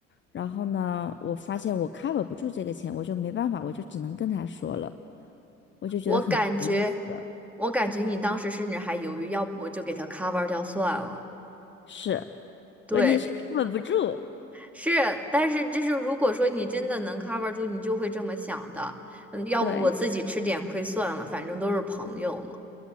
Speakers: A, on the left; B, in the centre.
A: 然后呢，我发现我 cover 不住这个钱，我就没办法，我就只能跟他说了，我就觉得很不好意思。
B: 我感觉，我感觉你当时甚至还犹豫，要不我就给他 cover 掉算了。
A: 是，
B: 对，
A: 问题是 cover 不住。
B: 是，但是就是如果说你真的能 cover 住，你就会这么想的。嗯，要不我自己吃点亏算了，
A: 对，
B: 反正都是朋友嘛。